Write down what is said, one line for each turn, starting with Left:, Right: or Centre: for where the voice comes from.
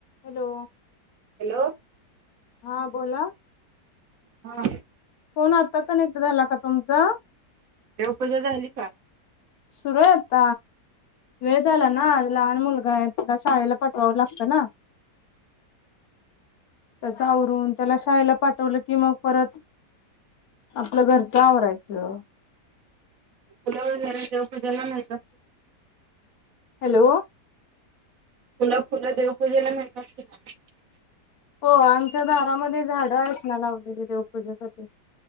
Left: Hello.
Right: Hello
Left: हा बोला
Right: हा.
Left: फोन आता कनेक्ट झाला का तुमचा
Right: देवपूजा झाली का?
Left: सुरू आहेत वेळ झाला ना. लहान मुलगा आहे त्याला शाळेला पटवावं लागतं ना. त्याच आवरून त्याला शाळेला पाठवलं की मग परत आपलं घरचं आवरायचं.
Right: फलं वगैरे देव पूजेला मिळतं.
Left: हॅलो.
Right: फुलं फुलं देवपूजेला मिळतात.
Left: हो आमच्या दारामध्ये झाड आहेत ना लावलेली देवपूजेसाठी